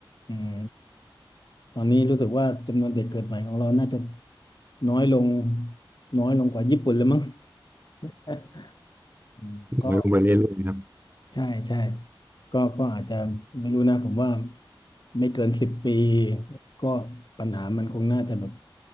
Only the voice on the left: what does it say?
อืมตอนนี้รู้สึกว่าจำนวนเด็กเกิดใหม่ของเราน่าจะน้อยลงน้อยลงกว่าญี่ปุ่นเลยมั้ง <laughs> อืมก็
ใช่ใช่ก็ก็อาจจะไม่รู้นะผมว่าไม่เกินสิบปีก็ปัญหามันคงน่าจะแบบ